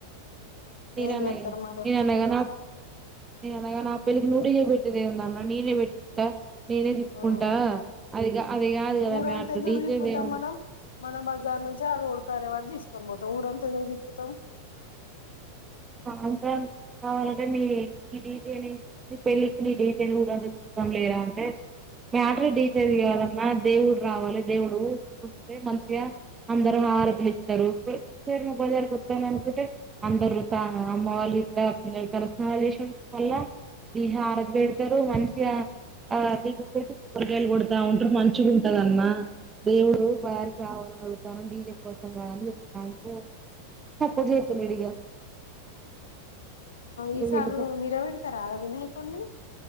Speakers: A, on the right (about 20°); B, on the left (about 65°).
A: నేన్నగా
B: ఏం చేస్తారు మరి
A: నేను అన్నగా నా నేన్నగా నా పెళ్లికి నువు డీజే పెట్టేదేముదన్న నేనే పెట్కుంటా నేనే చెప్పుకుంటా
B: ఉమ్
A: అదిగ అది కాదు కదా
B: ఊరంత
A: మ్యాటరు
B: ఎందుకు
A: డీజె
B: తిప్పుతాం
A: దేముం
B: మనం మన బజార్ నుంచి ఆ రోడ్డు కారేవాడి తీసుకొని పోతాం ఊరంతా ఎందుకు తిప్పుతాం
A: అంత కావాలంటే నీ నీ డీజెని నీ పెళ్ళికి నీ డీజెను ఊరంత తిప్పుతం లేరా అంటే మ్యాటరే డీజే ది కాదన్నా దేవుడు రావాలే దేవుడు వస్తే మంచిగా అందరు హారతులు ఇత్తరు ఇప్పుడు బజారుకు వతందనుకుంటే అనుకుంటే అందరు అమ్మ వాళ్ళ ఇట్ల పిల్లలు తలస్నానాలు చేసిలు మళ్ళ దిహ హరతి పెడుతరు మంచిగా ఆ దీపం పెడుతూ కొబ్బరికాయలు కొడతా ఉంటారు మంచి గుంటదమ్మ దేవుడు బజారుకు రావలను డీజే కోసం కాదు అని చెప్తంటే సప్పుడు చేతలేడు ఇగ
B: ఈసారి
A: వెళ్ళిపో
B: నిలబెడతారా వినాయకున్నీ